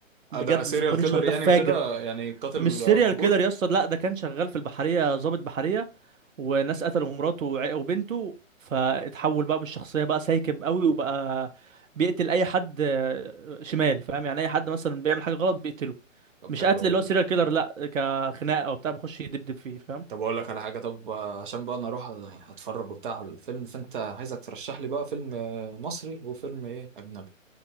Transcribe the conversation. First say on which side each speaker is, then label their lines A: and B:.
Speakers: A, on the right (about 70°); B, on the right (about 40°).
A: بجد
B: ده سيريال
A: سبونيشر
B: كيلر
A: ده
B: يعني
A: فاجر
B: وكده يعني قاتل
A: مش سيريال
B: مأجور
A: كيلر يا اسطى لا ده كان شغال في البحريه ضابط بحريه وناس قتلوا مراته وع- وبنته فاتحول بقى بالشخصيه بقى سايكب قوي وبقى بيقتل اي حد آه، شمال فاهم يعني اي حد مثلا بيعمل حاجه غلط بيقتله
B: طب
A: مش
B: حلو
A: قتل
B: قوي
A: اللي
B: ده
A: هو سيريال كيلر لا كخناقه وبتاع بيخش يدبدب فيه فاهم
B: طب اقول لك على حاجه طب آه، عشان بقى انا اروح اتفرج وبتاع على الفيلم فانت عايزك ترشح لي بقى فيلم آه، مصري وفيلم ايه اجنبي